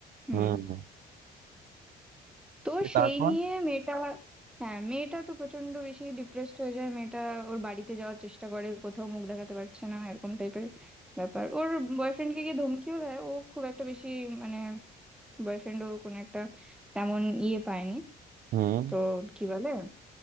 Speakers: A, in the centre; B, on the right (about 60°).
A: হুম
B: হুম
A: তো
B: এ তারপর
A: সেই নিয়ে মেয়েটা হ্যাঁ মেয়েটা তো প্রচন্ড বেশি ডিপ্রেসড হয়ে যায় মেয়েটা ওর বাড়িতে যাওয়ার চেষ্টা করে কোথাও মুখ দেখাতে পারছে না এরকম টাইপের ব্যাপার ওর বয়ফ্রেন্ডকে গিয়ে ধমকিও দেয় ও খুব একটা বেশি মানে বয়ফ্রেন্ডও কোনো একটা তেমন ইয়ে পায়নি
B: হুম
A: তো কি বলে